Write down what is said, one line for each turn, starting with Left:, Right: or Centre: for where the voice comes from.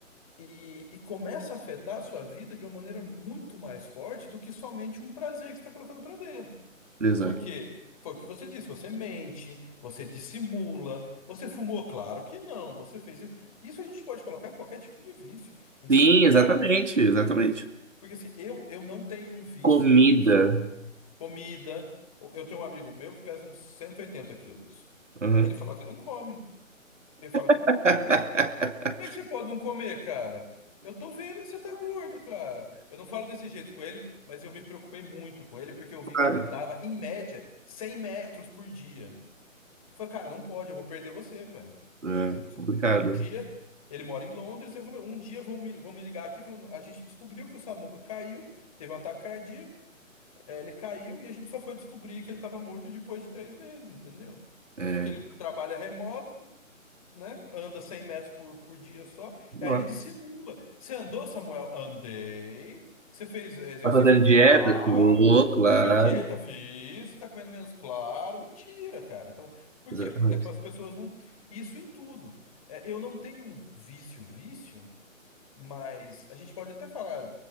Left: e, e começa a afetar a sua vida de uma maneira muito mais forte do que somente um prazer que você está colocando para dentro.
Right: Exato.
Left: Porque foi o que você disse, você mente, você dissimula, você fumou, claro que não, você fez isso. Isso a gente pode colocar em qualquer tipo de vício, em cigarro.
Right: Sim, exatamente, exatamente.
Left: em- Porque assim, eu, eu não tenho um vício,
Right: Comida.
Left: vício. Comida, eu tenho um amigo meu que pesa uns 180 quilos.
Right: Uhum.
Left: Ele fala que não come, ele fala que
Right: <laughs>
Left: não come. Como é que você pode não comer, cara? Eu tô vendo que você tá gordo, cara. Eu não falo desse jeito com ele, mas eu me preocupei muito com ele porque eu vi
Right: Claro.
Left: que ele andava, em média, 100 metros por dia. Eu falei, cara, não pode, eu vou perder você, velho.
Right: É,
Left: Você- você-
Right: complicado.
Left: você- um dia, ele mora em Londres, eu falei, um dia vão me, vão me ligar aqui falando, a gente descobriu que o Samuca caiu, teve um ataque cardíaco, eh, ele caiu e a gente só foi descobrir que ele estava morto depois de três meses, entendeu?
Right: É,
Left: Porque ele
Right: é.
Left: trabalha remoto, né? Anda 100 metros por, por dia só.
Right: Nossa.
Left: E aí ele dissimula. Você andou, Samuel? Andei. Você fez exercício?
Right: Tá fazendo
Left: Claro.
Right: dieta? Tô, claro.
Left: Fez dieta? Fiz. Você tá comendo menos? Claro. Mentira, cara. Então, por
Right: Exatamente.
Left: quê? Porque as pessoas não. Isso em tudo. É, eu não tenho um vício, vício, mas a gente pode até falar